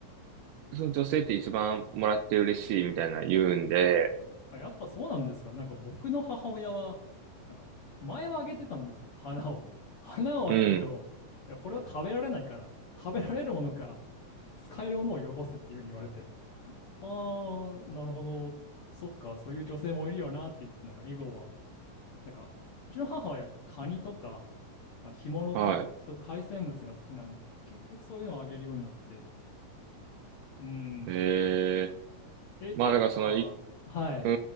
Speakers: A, on the right; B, on the left.
A: その女性って一番もらって嬉しいみたいな言うんで、
B: あ、やっぱそうなんですか。なんか僕の母親は、なんか前はあげてたんですよ。花を。<laughs> 花をあげると、
A: うん、
B: いや、これは食べられないから、食べられるものか、使えるものをよこせっていうふうに言われて、ああ、なるほど。そっか、そういう女性もいるよなって言って、なんか以後は、なんか、うちの母親、カニとか、まあ干物とか、
A: はい。
B: そういう海鮮物が好きなんで、結局そういうのをあげるようになって、うん。
A: ええ
B: え、ってことは、
A: まあだからその、い、
B: はい。
A: う